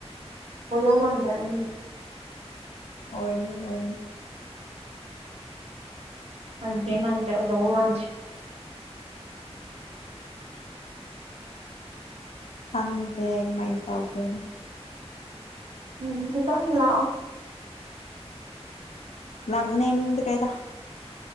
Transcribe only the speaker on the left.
ꯑꯣꯏꯅꯤ ꯑꯣꯏꯅꯤ
ꯈꯪꯗꯦ ꯀꯃꯥꯏ ꯇꯧꯗꯣꯏꯅꯣ
ꯂꯥꯛꯅꯤꯡꯗ꯭ꯔꯦꯔ